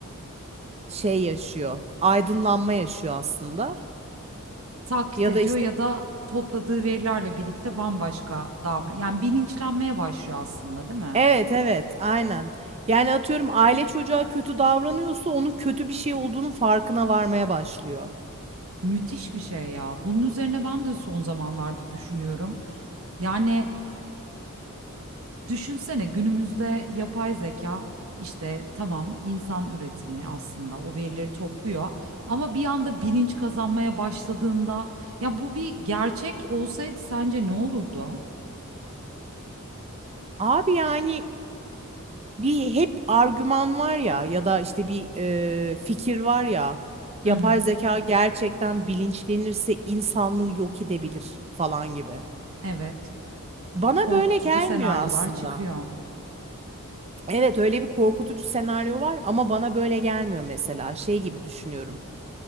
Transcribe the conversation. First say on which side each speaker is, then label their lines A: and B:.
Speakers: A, on the right; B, on the right.
A: şey yaşıyor. Aydınlanma yaşıyor aslında.
B: Taklit
A: Ya
B: ediyor
A: da işte
B: ya da topladığı verilerle birlikte bambaşka davran. Yani bilinçlenmeye başlıyor aslında, değil mi?
A: evet evet aynen. Yani atıyorum aile çocuğa kötü davranıyorsa onun kötü bir şey olduğunun farkına varmaya başlıyor.
B: Müthiş bir şey ya. Bunun üzerine ben de son zamanlarda düşünüyorum. Yani Düşünsene günümüzde yapay zeka işte tamam insan üretimi aslında o verileri topluyor ama bir anda bilinç kazanmaya başladığında ya bu bir gerçek olsaydı sence ne olurdu?
A: Abi yani bir hep argüman var ya ya da işte bir e, fikir var ya yapay
B: Hı hı.
A: zeka gerçekten bilinçlenirse insanlığı yok edebilir falan gibi.
B: Evet.
A: Bana
B: Korkutucu
A: böyle gelmiyor
B: senaryolar
A: aslında.
B: çıkıyor.
A: Evet öyle bir korkutucu senaryo var ama bana böyle gelmiyor mesela. Şey gibi düşünüyorum.